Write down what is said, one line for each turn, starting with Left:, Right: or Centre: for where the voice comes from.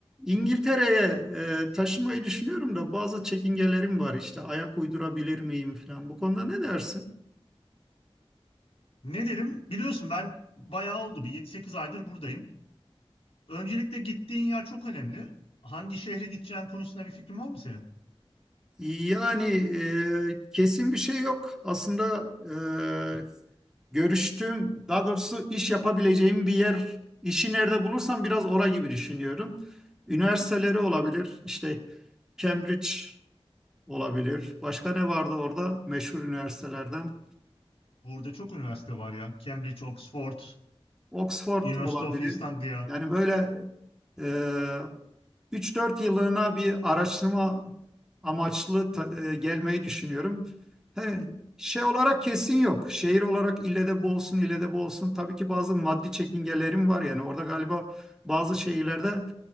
Centre: İngiltere'ye e, taşımayı düşünüyorum da bazı çekingelerim var işte ayak uydurabilir miyim falan. Bu konuda ne dersin?
Left: Ne derim? Biliyorsun ben bayağı oldu. Bir yedi sekiz aydır buradayım. Öncelikle gittiğin yer çok önemli. Hangi şehre gideceğin konusunda bir fikrin var mı senin?
Centre: Yani e, kesin bir şey yok. Aslında e, görüştüğüm, daha doğrusu iş yapabileceğim bir yer, işi nerede bulursam biraz ora gibi düşünüyorum. Üniversiteleri olabilir, işte Cambridge olabilir. Başka ne vardı orada meşhur üniversitelerden?
Left: Burada çok üniversite var ya. Cambridge, Oxford,
Centre: Oxford
Left: University
Centre: olabilir.
Left: of East Anglia.
Centre: Yani böyle e, Üç dört yıllığına bir araştırma amaçlı ta- e, gelmeyi düşünüyorum. He, şey olarak kesin yok. Şehir olarak ille de bu olsun, ille de bu olsun. Tabii ki bazı maddi çekingelerim var. Yani orada galiba bazı şehirlerde